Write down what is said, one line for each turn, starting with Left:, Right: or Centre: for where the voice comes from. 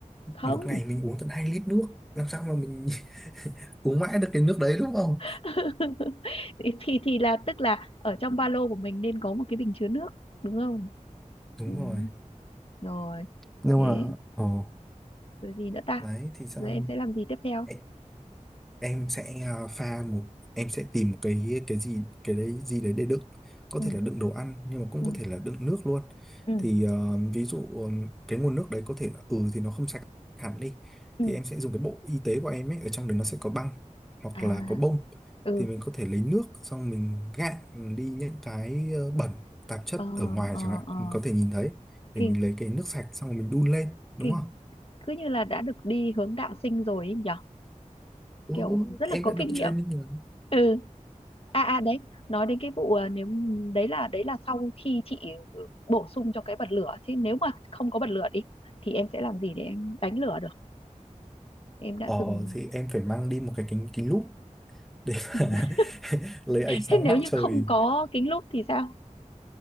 Left: không
Centre: một ngày mình uống tận 2 lít nước làm sao mà mình <laughs> uống mãi được cái nước đấy đúng không
Left: <laughs> thì thì thì là tức là ở trong ba lô của mình nên có một cái bình chứa nước đúng không
Centre: đúng
Left: ừ.
Centre: rồi
Left: rồi
Centre: nhưng
Left: thế
Centre: mà ồ
Left: rồi gì nữa ta
Centre: đấy thì sao
Left: rồi em sẽ làm gì tiếp theo
Centre: em, em sẽ à, pha một em sẽ tìm một cái cái gì cái đấy gì đấy để đựng có
Left: ừ
Centre: thể là đựng đồ ăn nhưng mà cũng
Left: ừ
Centre: có thể là đựng nước luôn
Left: ừ
Centre: thì ờ, ví dụ ờm, cái nguồn nước đấy có thể là ừ thì nó không sạch hẳn đi
Left: ừ
Centre: thì em sẽ dùng cái bộ y tế của em ấy ở trong đấy nó sẽ có băng hoặc
Left: à
Centre: là có bông
Left: ừ
Centre: thì mình có thể lấy nước xong mình gạn đi những cái ờ, bẩn tạp chất
Left: ờ
Centre: ở ngoài
Left: ờ
Centre: chẳng hạn
Left: ờ
Centre: mình có thể nhìn thấy
Left: kinh
Centre: để mình lấy cái nước sạch xong rồi mình đun lên đúng
Left: kinh
Centre: không
Left: cứ như là đã được đi hướng đạo sinh rồi ấy nhở
Centre: Ừ,
Left: kiểu rất
Centre: em
Left: là có
Centre: đã được
Left: kinh
Centre: training
Left: nghiệm
Centre: rồi.
Left: ừ à à đấy nói đến cái vụ à, nếu đấy là đấy là sau khi chị bổ sung cho cái bật lửa chứ nếu mà không có bật lửa đi thì em sẽ làm gì để em đánh lửa em đã
Centre: Ờ
Left: từng
Centre: thì em phải mang đi một cái kính kính lúp để
Left: <laughs>
Centre: mà <laughs> lấy ánh sáng
Left: thế nếu
Centre: mặt
Left: như
Centre: trời
Left: không có kính lúp thì sao